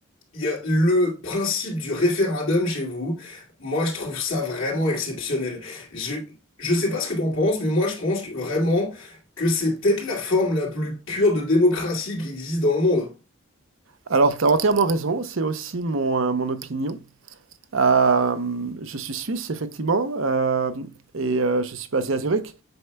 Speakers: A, on the left (about 70°); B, on the right (about 70°).
A: il y a le principe du référendum chez vous. Moi, je trouve ça vraiment exceptionnel. Je, je sais pas ce que t'en penses, mais moi, je pense que- vraiment que c'est peut-être la forme la plus pure de démocratie qui existe dans le monde.
B: Alors, tu as entièrement raison, c'est aussi mon, euh, mon opinion. Euh, je suis suisse, effectivement, euh, et euh, je suis basé à Zurich.